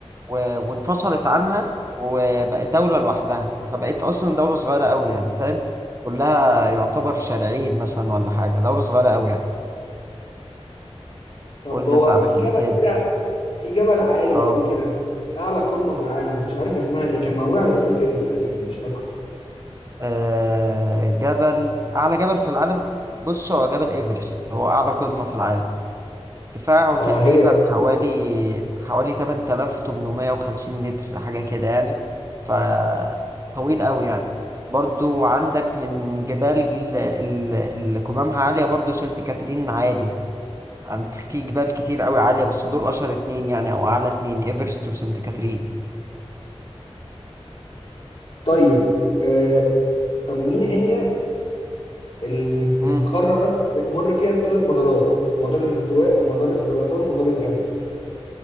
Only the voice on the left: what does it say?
طب
هو
في جبل
كده في جبل عالي
قوي كده اعلى قمه في العالم مش عارف اسمها ايه كان معمول على اسم فيلم تقريبا مش فاكره
اه
هي
طيب آه، طب مين هي ال-
القارة مثلا بتمر فيها الثلاث مدارات مدار الاستواء ومدار السرطان ومدار الجدي